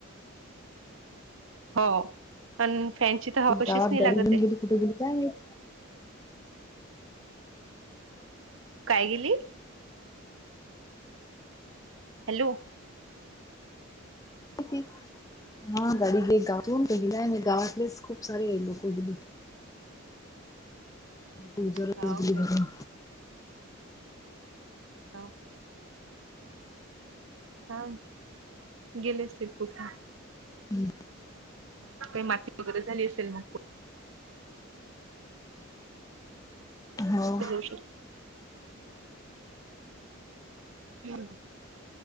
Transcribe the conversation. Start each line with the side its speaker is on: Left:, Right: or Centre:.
Right: हो. पण फॅनची तर हवा
Left: एकदा
Right: कशीच नाही
Left: गाडी
Right: लागत
Left: घऊन
Right: आहे
Left: गेली कुठे गेली काय माहित?
Right: काय गेली? हॅलो.
Left: <unintelligible> हा गाडी घे गावातून गेला आहे, मगं गावातलेच खूप सारे लोक गेली.
Right: <inaudible>
Left: गुजरागली
Right: हाव काय?
Left: भरून.
Right: हो का? हा, गेले असतील कुठं.
Left: हम्म.
Right: काही माती वगैरे झाली असेल मग
Left: हो
Right: <unintelligible> हम्म.